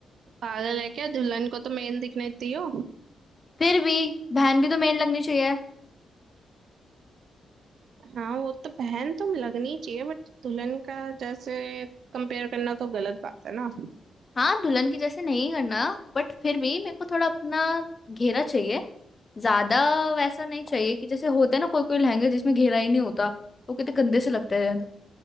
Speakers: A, on the right; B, on the left.
A: पागल है क्या दुल्हन को तो मेन दिखने दी हो
B: फिर भी बहन भी तो मेन लगनी चाहिए
A: हाँ वो तो बहन तो लगनी चाहिए बट दुल्हन का जैसे कंपेयर करना तो गलत बात है ना
B: हाँ दुल्हन की जैसे नहीं करना बट फिर भी मेरे को थोड़ा अपना घेरा चाहिए ज्यादा वैसा नहीं चाहिए कि जैसे होते हैं ना कोई कोई लहंगे जिसमें घेरा ही नहीं होता वो कितने गंदे से लगते हैं